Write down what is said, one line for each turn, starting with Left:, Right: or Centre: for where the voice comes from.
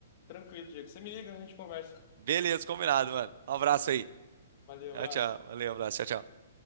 Left: Tranquilo, Diego. Você me liga, a gente conversa.
Right: Beleza, combinado, mano. Um abraço aí.
Left: Valeu,
Right: Tchau,
Left: abraço.
Right: tchau. Valeu, um abraço. Tchau, tchau.